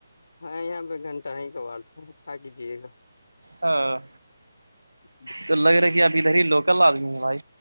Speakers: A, on the left; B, on the right.
A: ہاں یہاں پہ گھنٹہ ہی کوالتے ہیں کھا کیجیے گا
B: ہاں
A: گا
B: تو لگ رہا کہ اب ادھر ہی لوکل آدمی ہیں بھائی